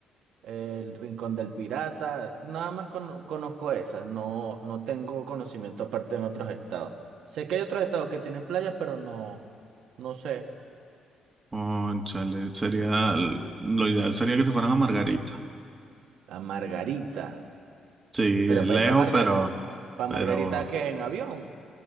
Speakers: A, on the right; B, on the right.
A: el Rincón del Pirata, nada más cono- conozco esas, no, no tengo conocimiento aparte en otros estados. Sé que hay otros estados que tienen playas, pero no, no sé.
B: Cónchale, sería, lo ideal sería que se fueran a Margarita.
A: A Margarita.
B: Sí,
A: Pero
B: es lejos,
A: para ir para Margar
B: pero,
A: para
B: pero
A: Margarita, ¿qué? ¿En avión?